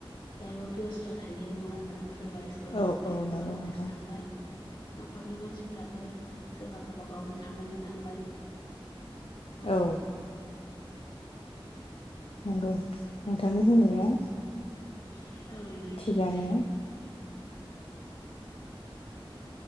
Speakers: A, on the left (about 60°); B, on the left (about 85°).
A: लाइफआव बेस्थ' थायो नङा होनबा सोरबा स्कुल
B: औ
A: थांबाय
B: औ
A: सोरबा
B: नंगौ
A: कलेज
B: नोंथां
A: थांबाय न'खरनि मानसिफोराबो सोरबा गावबा गावनि खामानियाव थांबाय
B: औ
A: <inaudible>
B: नंगौ नोंथांनि बुंनाया
A: औ
B: थिगानो